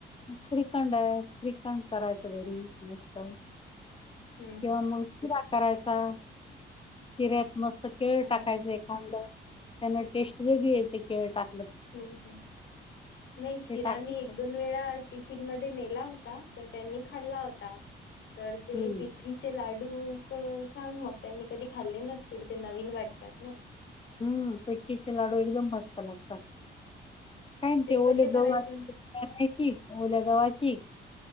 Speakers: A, on the left; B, on the left.
A: श्रीखंड आहे. श्रीखंड करायचं घरी मस्त.
B: हम्म
A: किंवा मग शिरा करायचा, शिऱ्यात. मस्त केळ
B: हम्म
A: टाकायच
B: ह.
A: एखाद. त्याना टेस्ट वेगळी येते केळ टाकाल.
B: हम्म ह. नाही शिरा
A: ते टाकायचं
B: मी एक-दोन वेळा टिफिन मध्ये ने दिला होता. तर त्यांनी खाल्ला होता. तर ते
A: हम्म
B: पीठचे लाडू डूक सांग मग. त्यांनी कधी खाल्ले नसतील. ते नवीन वाटतात ना.
A: हम्म पीठीचे लाडू एकदम मस्त लागतात. काय ना ते ओलं
B: कसे
A: गहू
B: करायचे
A: राहतात ते आणायची. ओल्या गव्हाची ओल्या गावाची.